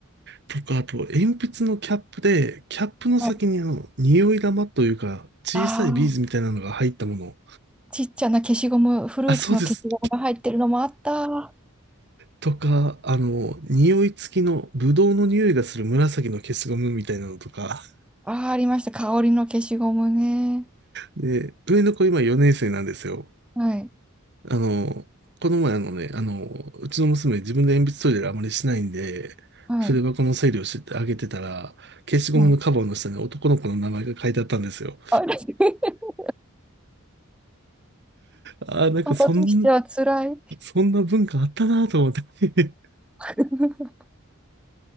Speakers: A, on the right; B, in the centre.
A: とか、あと、鉛筆のキャップで、キャップの先にあの、
B: はい。
A: 匂い玉というか、小さいビーズみたいなのが入ったもの。
B: ああ、ちっちゃな消しゴム、フルーツの消しゴムが入ってるのもあった。
A: あ、そうです。
B: あ
A: とか、あの、匂い付きの、ブドウの匂いがする紫の消しゴムみたいなのとか。
B: あ、ありました。香りの消しゴムね。
A: で、上の子今4年生なんですよ。
B: はい。
A: あの、この前あのね、あの、うちの娘自分で鉛筆トイレあまりしないんで、
B: はい。
A: 筆箱の整理をしてあげてたら、消しゴムのカバーの下に男の子の名前が書いてあったんですよ。
B: はい。あれ <laughs>
A: ああ、なんかそん、
B: パパとしては辛い。
A: そんな文化あったなと思って。
B: <laughs>